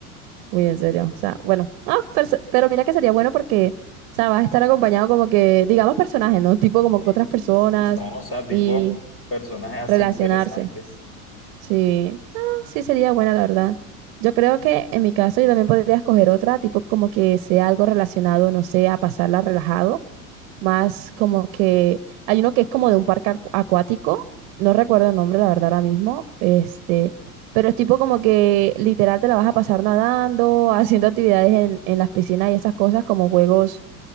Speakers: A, on the right (about 55°); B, on the left (about 30°).
A: uy, en serio. O sea, bueno. Ah, pero, se- pero mira que sería bueno porque, o sea, vas a estar acompañado como que, digamos, personajes, ¿no? Tipo como
B: Sí,
A: que otras
B: sí.
A: personas
B: Y son, o sea, tipo
A: y
B: personajes
A: relacionarse.
B: así interesantes.
A: Sí, ah, sí sería buena, la verdad. Yo creo que en mi caso yo también podría escoger otra, tipo como que sea algo relacionado, no sé, a pasarla relajado, más como que hay uno que es como de un parque acu- acuático, no recuerdo el nombre, la verdad, ahora mismo, este, pero es tipo como que literal te la vas a pasar nadando, <laughs> haciendo actividades en, en las piscinas y esas cosas, como juegos